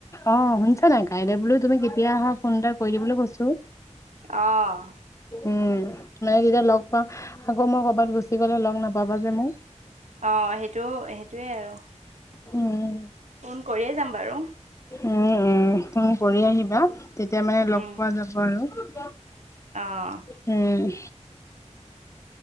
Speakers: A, on the left; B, on the right.
A: অ' শুনিছা নাই? কাইলৈ বোলো তুমি কেতিয়া আহা ফোন এটা কৰি দিবলৈ কৈছোঁ।
B: অ'
A: উম, মানে তেতিয়া লগ পামম আকৌ মই কৰ'বাত গুচি গ'লে লগ নাপাবা যে মোক!
B: অ' সেইটো, সেইটোৱে আৰু।
A: উম।
B: ফোন কৰিয়ে যাম বাৰু!
A: উম উম, ফোন কৰি আহিবা। তেতিয়া মানে লগ
B: উম
A: পোৱা যাব আৰু।
B: অ'।
A: উম।